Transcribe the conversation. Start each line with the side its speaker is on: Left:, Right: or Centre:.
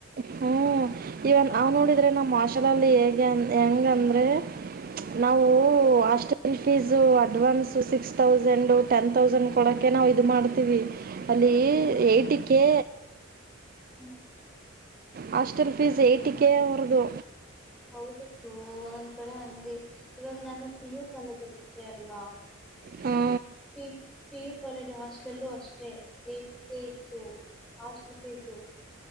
Right: ಹ್ಮ್ ಇವನ್ ನಾವ್ ನೋಡಿದ್ರೆ ನಮ್ಮ್ ಮಾಷೆಲ ಅಲ್ಲಿ ಹೇಗೆ ಹೆಂಗಂದ್ರೆ ನಾವು
Centre: ಹ್ಮ್
Right: ಅಷ್ಟ ಇಲ್ಫಿಝೋರ್ advance six thousand ten thousand ಕೊಡೋಕ್ಕೆ ನಾವು ಇದು ಮಾಡ್ತೀವಿ ಅಲ್ಲೀ
Centre: ಹ್ಮ್
Right: ಎಯಿಟಿಕ್ಕೆ
Centre: ಹ್ಮ್
Right: ಹಾಸ್ಟೆಲ್ ಫೀಸ್ ಏಯ್ಟಿಕೆ ಅವ್ರ್ದು
Centre: ಹೌದತ್ತುು ಒಂದೊಂದ್ ಕಡೆ ಅಂಗಿ ಇವಾಗ ನಾನು ಪಿ ಯು ಕಾಲೇಜ ಅಲ್ಲಿ ಇದಿದ್ದೆ ಅಲ್ವಾ
Right: ಹ್ಞೂ
Centre: ಪಿ ಪಿಯು ಕಾಲೇಜ್ ಹಾಸ್ಟೆಲ್ಲೂ ಅಷ್ಟೇ <unintelligible> ಇತ್ತು ಹಸ್ಟೆಲ್ <unintelligible>